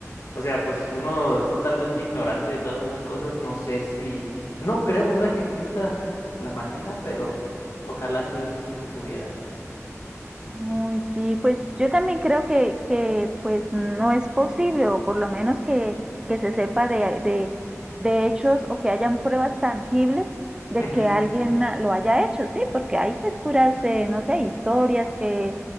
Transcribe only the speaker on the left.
O sea, pues uno es totalmente ignorante de todas esas cosas. No sé si, no creo, ¿verdad? Que exista la manera, pero ojalá sí, sí se pudiera.
Ujú.